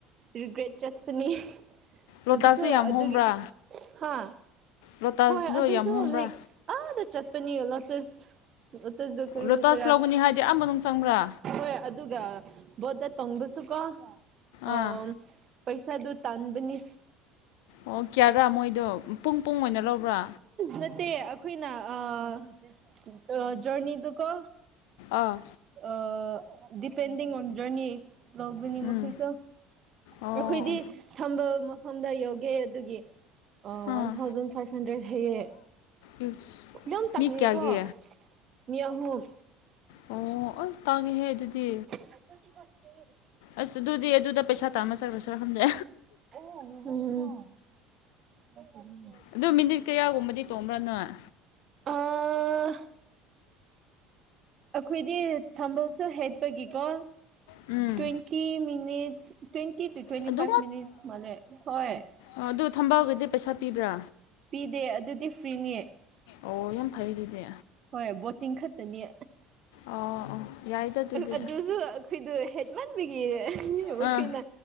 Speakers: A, on the right; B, on the left.
A: ꯔꯤꯒ꯭ꯔꯦꯠ ꯆꯠꯄꯅꯤ
B: ꯂꯣꯇꯥꯁꯁꯦ
A: ꯑꯗꯨꯁꯨ
B: ꯌꯥꯝ
A: ꯑꯗꯨꯒꯤ
B: ꯍꯣꯡꯕ꯭ꯔꯥ
A: ꯍꯥ
B: ꯂꯣꯇꯥꯁꯗꯣ
A: ꯍꯣꯏ ꯑꯗꯨꯁꯨ
B: ꯌꯥꯝ ꯍꯣꯡꯕ꯭ꯔꯥ
A: ꯂꯥꯏꯛ ꯑꯥꯗ ꯆꯠꯄꯅꯤ ꯂꯣꯇꯁ ꯑꯣꯇꯁꯨꯖ ꯀꯔꯤ
B: ꯂꯣꯇꯥꯁ
A: ꯍꯥꯏꯁꯤꯔ
B: ꯂꯧꯒꯅꯤ ꯍꯥꯏꯗꯤ ꯑꯥ ꯃꯅꯨꯡ ꯆꯪꯕ꯭ꯔꯥ
A: ꯍꯣꯏ ꯑꯗꯨꯒ ꯕꯣꯠꯗꯥ ꯇꯣꯡꯕꯁꯨꯀꯣ ꯑꯣ
B: ꯑꯥ
A: ꯄꯩꯁꯥꯗꯨ ꯇꯥꯟꯕꯅꯤ
B: ꯑꯣ ꯀꯌꯥꯔꯥ ꯃꯣꯏꯗꯣ ꯄꯨꯡ ꯄꯨꯡ ꯑꯣꯏꯅ ꯂꯧꯕ꯭ꯔꯥ
A: ꯅꯠꯇꯦ ꯑꯩꯈꯣꯏꯅ ꯑꯥ ꯖꯔꯅꯤꯗꯨꯀꯣ
B: ꯑꯥ
A: ꯑꯥ ꯗꯤꯄꯦꯟꯗꯤꯡ ꯑꯣꯟ ꯖꯔꯅꯤ ꯂꯧꯕꯅꯤ
B: ꯎꯝ
A: ꯃꯈꯣꯏꯁꯨ
B: ꯑꯣ ꯑꯣ
A: ꯑꯩꯈꯣꯏꯗꯤ ꯊꯝꯕ ꯃꯐꯝ ꯐꯝꯗ ꯌꯧꯒꯦ ꯑꯗꯨꯒꯤ
B: ah
A: one thousand five hundred ꯍꯥꯏꯌꯦ
B: ꯏꯁ
A: ꯌꯥꯝ ꯇꯪꯉ‌ꯦꯀꯣ
B: ꯃꯤ ꯀꯌꯥꯒꯤ
A: ꯃꯤ ꯑꯍꯨꯝ
B: ꯑꯣ ꯑꯁ ꯇꯥꯡꯉꯦꯍꯦ ꯑꯗꯨꯗꯤ
A: <unintelligible>
B: ꯑꯁ ꯑꯗꯨꯗꯤ ꯑꯗꯨꯗ ꯄꯩꯁꯥ ꯇꯥꯟꯕ ꯆꯠꯈ꯭ꯔꯁꯤꯔ ꯈꯪꯗꯦ
A: ꯑꯣ <unintelligible>
B: ꯑꯗꯨ ꯃꯤꯅꯤꯠ ꯀꯌꯥꯒꯨꯝꯕꯗꯤ ꯇꯣꯡꯕ꯭ꯔꯥ ꯅꯣꯏ
A: ꯑꯥ ꯑꯩꯈꯣꯏꯗꯤ ꯊꯝꯕꯜꯁꯨ ꯍꯦꯛꯄꯒꯤꯀꯣ
B: um
A: twenty minutes twenty two twenty
B: ꯑꯗꯨ
A: ꯐꯥꯏꯚ ꯃꯤꯅꯤꯠꯁ ꯃꯥꯜꯂꯦ ꯍꯣꯏ
B: ꯑ ꯑꯗꯨ ꯊꯝꯕꯥꯜꯒꯗꯤ ꯄꯩꯁꯥ ꯄꯤꯕ꯭ꯔꯥ
A: ꯄꯤꯗꯦ ꯑꯗꯨꯗꯤ ꯐ꯭ꯔꯤꯅꯤ
B: ꯑꯣ ꯌꯥꯝ ꯐꯩ ꯑꯗꯨꯗꯤ
A: ꯍꯣꯏ ꯕꯣꯠꯇꯤꯡ ꯈꯛꯇꯅꯤ
B: ꯑꯣ ꯌꯥꯏꯗ ꯑꯗꯨꯗꯤ
A: ꯑꯗꯨꯁꯨ ꯑꯩꯈꯣꯏꯗꯨ ꯍ‌ꯦꯛ ꯃꯟꯕꯒꯤ ꯑꯩꯈꯣꯏꯅ
B: ꯑꯥ